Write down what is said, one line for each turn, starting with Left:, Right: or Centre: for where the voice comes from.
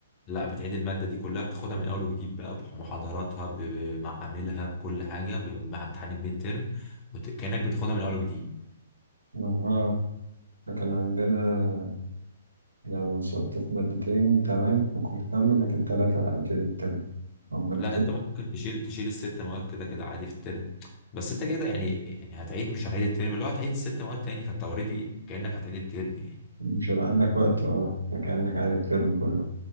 Left: لا بتعيد المادة دي كلها بتاخدها من أول وجديد بقى بمحاضراتها ب- بمعاملها بكل حاجة ب- مع امتحان الميد ترم وت- كأنك بتاخدها من أول وجديد
Right: اها إحنا كان عندنا لو سقطت في مادتين تمام ممكن تكمل لكن ثلاثة على كده الترم أو مادتين
Left: لا أنت ممكن تشيل تشيل الست مواد كده كده عادي في الترم بس أنت كده يعني يعني هتعيد مش هتعيد الترم اللي هو هتعيد الست مواد تاني فأنت أوريدي كأنك هتعيد الترم يعني
Right: مش هيبقى عندك وقت اه فكأنك عادي الترم كله